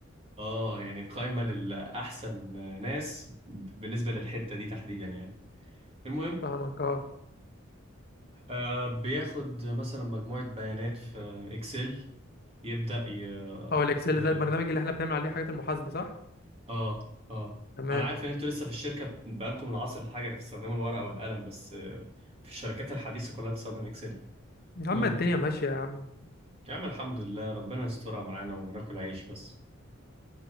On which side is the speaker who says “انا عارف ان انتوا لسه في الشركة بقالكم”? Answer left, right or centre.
Right